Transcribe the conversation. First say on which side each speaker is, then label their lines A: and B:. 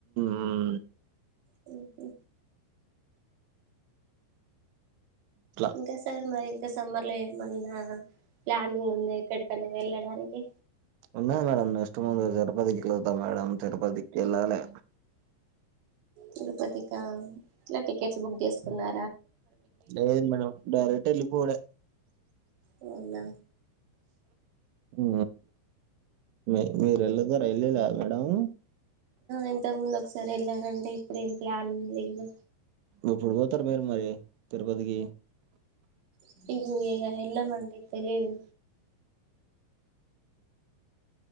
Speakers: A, on the right; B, on the right.
A: హు
B: హు హు
A: ఇట్లా
B: ఇంకా సార్ మరి ఇంకా సమ్మర్ లో ఏమన్న ప్లానింగ్ ఉంద ఎక్కడికన్నా వెళ్ళడానికి
A: ఉన్నాయి మేడమ్ నెక్స్ట్ మంత్ తిరుపతికి <unintelligible> మేడమ్ తిరుపతికి ఎలాలి
B: తిరుపతికా ఇట్ల టికెట్స్ బుక్ చేసుకున్నా
A: లేదు మనం డైరెక్ట్ వెళ్ళిపోవుడే
B: అవునా
A: హు మీ మీరూ <unintelligible> వెళ్ళ లే మేడమ్
B: ఇంతకు ముందు ఒకసారి <unintelligible> ఇప్పుడు ఏం ప్లాన్ లేదు
A: ఎప్పుడు పోతారు మీరు మరి తిరుపతికి
B: <unintelligible> ఎల్లమండి తెలీదు